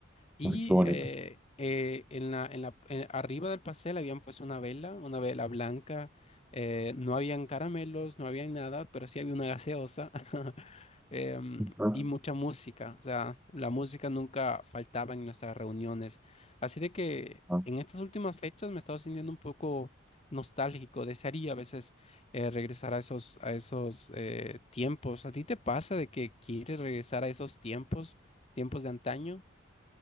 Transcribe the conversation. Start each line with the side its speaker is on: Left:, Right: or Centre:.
Left: Y
Centre: Ay, qué bonito.
Left: eh, eh, en la, en la, en- arriba del pastel habían puesto una vela, una vela blanca. eh, no habían caramelos, no había nada, pero sí había una gaseosa <laughs> em,
Centre: Ujú,
Left: y mucha música. O sea, la música nunca faltaba en nuestras reuniones. Así de que
Centre: ujú.
Left: en estas últimas fechas me he estado sintiendo un poco nostálgico. Desearía a veces eh, regresar a esos, a esos eh, tiempos. ¿A ti te pasa de que quieres regresar a esos tiempos, tiempos de antaño?